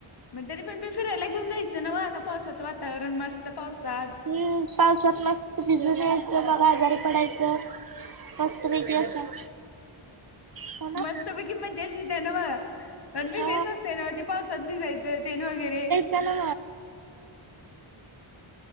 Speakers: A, on the left; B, on the right.
A: मग तरी पण मी फिरायला घेऊन जायचं ना आता पावसाचं वातावरण मस्त पावसात
B: हम्म पावसात मस्त भिजून यायचं मग आजारी पडायचं. मस्तपैकी असं. हो ना
A: मस्तपैकी मज्जाच येतीय न व पण वेगळीच
B: हा
A: असते ना ते पाऊस कधी जायचं तेन वगैरे
B: त्याला